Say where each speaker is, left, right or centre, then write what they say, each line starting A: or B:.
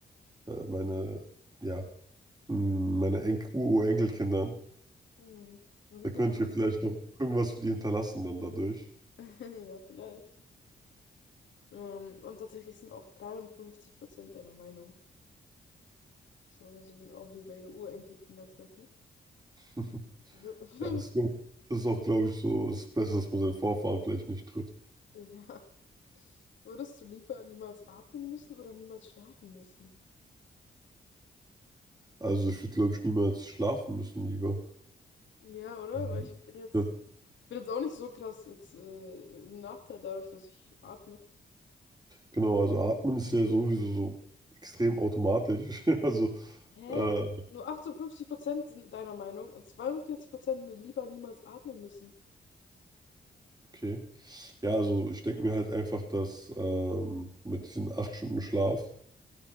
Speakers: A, on the right (about 20°); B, on the left (about 80°).
A: äh, äh, meine, ja, mh, meine En- Urenkelkindern.
B: Mhm. Da sieht
A: Da könnte
B: man auch.
A: ich ja vielleicht noch irgendwas für die hinterlassen dann dadurch.
B: <laughs> Ja, vielleicht. Ähm, und tatsächlich sind auch 53 Prozent deiner Meinung. So, sie will auch lieber ihre Urenkelkinder treffen.
A: <laughs>
B: Wür- <laughs>
A: Ja, es ist das ist auch, glaube ich, so das Beste, dass man seinen Vorfahren vielleicht nicht trifft.
B: Ja. Würdest du lieber niemals atmen müssen oder niemals schlafen müssen?
A: Also ich würde, glaube ich, niemals schlafen müssen lieber.
B: Ja, oder?
A: Ähm,
B: Weil ich bin jetzt,
A: Ja,
B: ich bin jetzt auch nicht so krass jetzt äh, im Nachteil dadurch, dass ich atme.
A: genau, also atmen ist ja sowieso so extrem automatisch. <laughs> Also
B: Hä?
A: äh,
B: Nur 58 Prozent sind deiner Meinung und 42 Prozent will lieber niemals atmen müssen.
A: Okay. Ja, also ich denke mir halt einfach, dass ähm, mit diesen acht Stunden Schlaf,